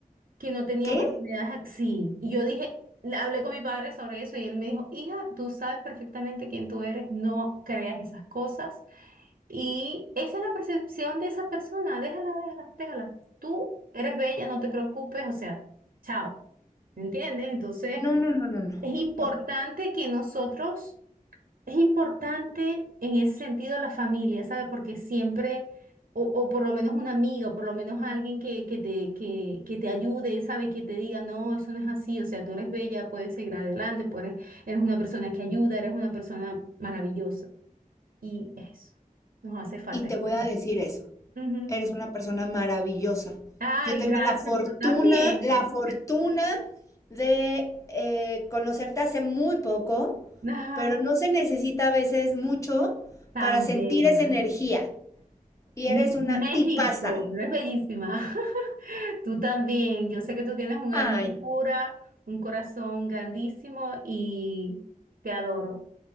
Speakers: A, on the right (about 85°); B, on the left (about 20°).
A: que no tenía
B: ¿Qué?
A: oportunidades, sí, y yo dije, le hablé con mi padre sobre eso y él me dijo, hija, tú sabes perfectamente quién tú eres, no creas esas cosas. Y esa es la percepción de esa persona. Déjala, déjala, déjala. Tú eres bella, no te preocupes, o sea, chao. ¿Me entiendes? Entonces,
B: No, no, no, no, no.
A: es importante
B: No.
A: que nosotros, es importante en ese sentido la familia, ¿sabes? Porque siempre, o, o por lo menos un amigo, o por lo menos alguien que, que te, que, que te ayude, ¿sabes? Que te diga, no, eso no es así, o sea, tú eres bella, puedes seguir adelante, puedes- eres eres una persona que ayuda, eres una persona maravillosa. Y eso, nos hace falta
B: Y te
A: escuchar.
B: voy a decir eso.
A: Ujú.
B: Eres una persona maravillosa.
A: Ay,
B: Yo tengo
A: gracias,
B: la fortuna,
A: tú también.
B: la fortuna de eh, conocerte hace muy poco,
A: Ajá,
B: pero no se necesita a veces mucho
A: tan
B: para sentir
A: bella.
B: esa energía. Y
A: Miss
B: eres una
A: México,
B: tipaza.
A: eres bellísima. <laughs> Tú también. Yo sé que tú tienes un
B: Ay.
A: alma pura, un corazón grandísimo y te adoro.